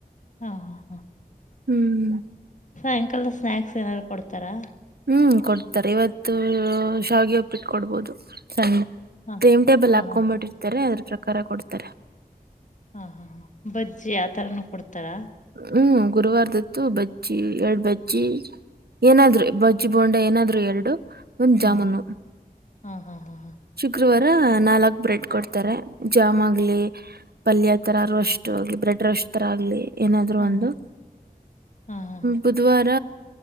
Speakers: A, on the left; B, on the right.
A: ಹಾ ಹಾ ಹಾ
B: ಹ್ಮ್
A: ಸಾಯಂಕಾಲ ಸ್ನ್ಯಾಕ್ಸ್ ಏನಾರು ಕೊಡ್ತಾರಾ.
B: ಹ್ಮ್ ಕೊಡ್ತಾರೆ ಇವತ್ತು ಶಾವಿಗೆ ಉಪ್ಪಿಟ್ಟು ಕೊಡ್ಬೋದು ಸಂಡೆ.
A: ಹಾ
B: ಟೈಮ್ ಟೇಬಲ್
A: ಹಾ
B: ಹಾಕೊಬಿಟ್ಟಿರ್ತಾರೆ
A: ಹಾ
B: ಅದ್ರ ಪ್ರಕಾರ ಕೊಡ್ತಾರೆ.
A: ಹಾ ಹಾ ಹ ಬಜ್ಜಿ ಆತರಾನೂ ಕೊಡ್ತಾರಾ.
B: ಹ್ಮ್ ಗುರುವಾರದತ್ತು ಬಜ್ಜಿ ಎರಡ ಬಜ್ಜಿ. ಏನಾದ್ರು ಬಜ್ಜಿ ಬೋಂಡ ಏನಾದ್ರು ಎರಡು. ಒಂದ
A: ಹಾ
B: ಜಾಮೂನು
A: ಹಾ ಹಾ ಹಾ ಹಾ
B: ಚಿ ರ ನಾಲ್ಕ್ ಬ್ರೆಡ್ ಕೊಡ್ತಾರೆ ಜಾಮ್ ಆಗ್ಲಿ ಪಲ್ಯ ತರ ರೋಸ್ ಆಗ್ಲಿ ಬ್ರೆಡ್ ರ್. ಏನಾದ್ರೂ
A: ಹಾ
B: ಒಂದು
A: ಹಾ ಹಾ ಹಾ
B: ಬುಧವಾರ.